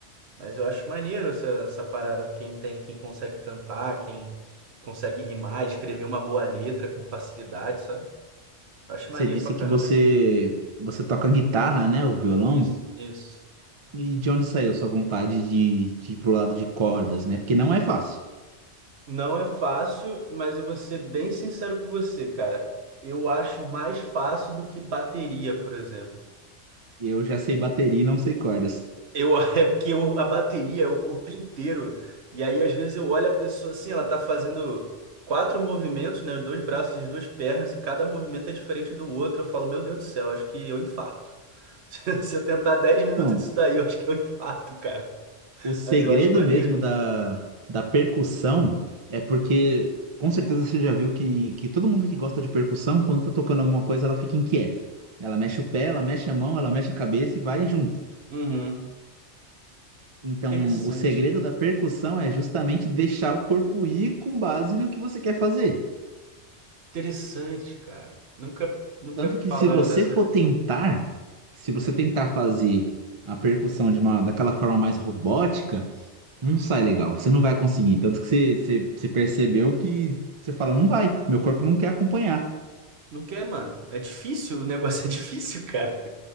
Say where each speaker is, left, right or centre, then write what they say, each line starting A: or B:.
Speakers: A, on the right; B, on the right.
A: Mas eu acho maneiro essa, essa parada. Quem tem, quem consegue cantar, quem consegue rimar, escrever uma boa letra com facilidade, sabe? Eu acho
B: Você
A: maneiro
B: disse
A: pra caramba
B: que você
A: isso.
B: você toca guitarra, né? O violão.
A: Isso, isso.
B: E de onde saiu sua vontade de, de ir pro lado de cordas, né? Porque não é fácil.
A: Não é fácil, mas eu vou ser bem sincero com você, cara. Eu acho mais fácil do que bateria, por exemplo.
B: Eu já sei bateria e não sei cordas.
A: Eu, <laughs> é porque eu- a bateria é o corpo inteiro. E aí, às vezes, eu olho a pessoa assim, ela tá fazendo quatro movimentos, né? Dois braços e duas pernas, e cada movimento é diferente do outro. Eu falo, meu Deus do céu, acho que eu infarto. <laughs> Se eu tentar 10 minutos
B: Então,
A: disso daí, eu acho que eu infarto, cara.
B: o segredo
A: Mas eu acho maneiro.
B: mesmo da, da percussão é porque, com certeza, você já viu que, que todo mundo que gosta de percussão, quando tá tocando alguma coisa, ela fica inquieta. Ela mexe o pé, ela mexe a mão, ela mexe a cabeça e vai junto.
A: Uhum.
B: Então,
A: Interessante.
B: o segredo da percussão é justamente deixar o corpo ir com base no que você quer fazer.
A: Interessante, cara. Nunca, nunca
B: Tanto
A: me falaram
B: que se você
A: dessa
B: for
A: visão.
B: tentar, se você
A: Hum.
B: tentar fazer a percussão de uma, daquela forma mais robótica, não sai legal, você não vai conseguir. Tanto que você, você, você percebeu que você fala, não vai, meu corpo não quer acompanhar.
A: Não quer, mano. É difícil, o negócio <laughs> é difícil, cara.